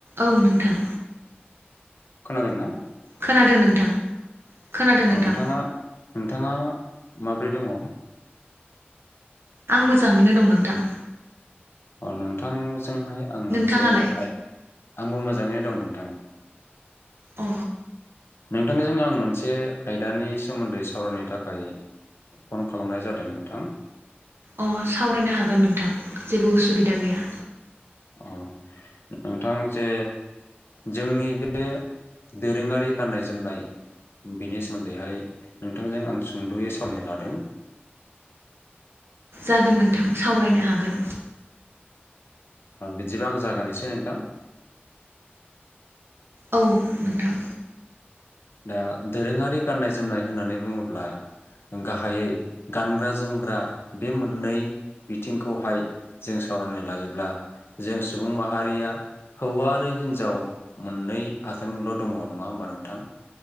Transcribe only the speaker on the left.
खोनादोंंना?
अ नोंथाङा नोंथाङा माब्रै दङ?
अ नोंथां जोंहाय आं मोनसे
आइ आंबो मोजाङैनो दं नोंथां।
नोंथांजों आं मोनसे आयदानि सोमोन्दै सावरायनो थाखाय फन खालामनाय जादों नोंथां।
अ नोंथां जे जोंनि बे दोरोङारि गाननाय जोमनाय बिनि सोमोन्दैहाय नोंथांजों आं सुंदयै सावरायनो लादों।
बिदिबा आं जागोनसै नोंथां
दा दोरोङारि गाननाय जोमनाय होननानै बुङोब्ला गाहायै गानग्रा जोमग्रा बे मोननै बिथिंखौहाय जों सावरायनो लायोब्ला जों सुबुं माहारिया हौवा आरो हिनजाव मोननै आथोनल' दङ नङा होमबा नोंथां?